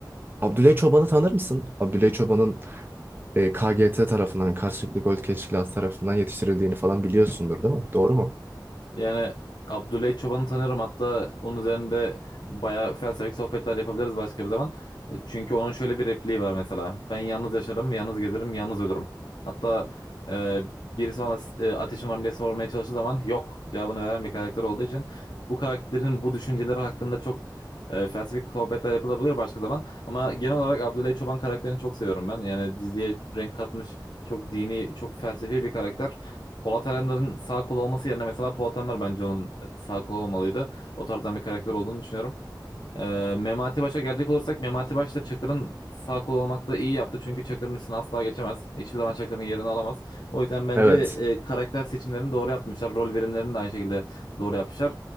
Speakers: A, on the right; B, on the left.
A: Abdülhey Çoban'ı tanır mısın? Abdülhey Çoban'ın e, KGT tarafından, karşılıklı gol teşkilatı tarafından yetiştirildiğini falan biliyorsundur değil mi? Doğru mu?
B: Yani Abdüley Çoban'ı tanıyorum. hatta onun üzerinde bayağı felsefik sohbetler yapabiliriz başka bir zaman. E, Çünkü onun şöyle bir repliği var mesela. Ben yalnız yaşarım, yalnız gezerim, yalnız ölürüm. Hatta e, birisi bana e, ateşin var mı diye sormaya çalıştığı zaman yok cevabını veren bir karakter olduğu için bu karakterin bu düşünceleri hakkında çok e, felsefik sohbetler yapılabilir başka zaman. Ama genel olarak Abdüley Çoban karakterini çok seviyorum ben. Yani diziye renk katmış çok dini, çok felsefi bir karakter. Polat Alemdar'ın sağ kolu olması yerine mesela Polat Alemdar bence onun e, sağ kolu olmalıydı. O tarzdan bir karakter olduğunu düşünüyorum. Ee, Memati Baş'a gelecek olursak Memati Baş da Çakır'ın sağ kolu olmakta iyi yaptı. Çünkü Çakır'ın üstüne asla geçemez. Hiçbir zaman Çakır'ın yerini alamaz. O yüzden bence
A: Evet.
B: e, karakter seçimlerini doğru yapmışlar. Rol verimlerini de aynı şekilde doğru yapmışlar.